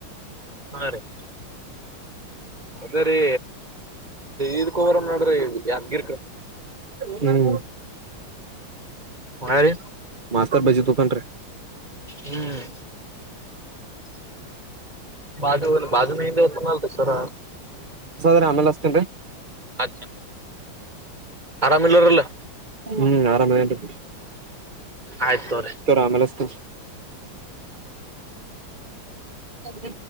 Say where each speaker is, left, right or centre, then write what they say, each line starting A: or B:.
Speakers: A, on the right; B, on the right.
A: ಹಾ ರ ಅದ ರೀ ಇದು ರ ಮಾಡಡ್ರಿ ಯಾದ್ಗಿರಿ ಕ
B: ಹ್ಮ್
A: ಹ ರೀ
B: ಮಾಸ್ತರ್ ಬಜಿ ತೂಕನ್ರಿ
A: ಹ್ಮ್ ಬಾಜು ಬಾಜು ನ ದವ ತ ನ ಸರ
B: ದ್ರೆ ಆಮೇಲೆ ಅಷ್ಟತ
A: ಅ ಆರಾಮ ಇಲ್ಲರಲ್ಲ
B: ಹ್ಮ್ ಆರಾಮದ ಆಯ್ತು
A: ಆಯ್ತು ತೋರಿ
B: ಆಮ ಎಲ್ಲತ ಹ ತ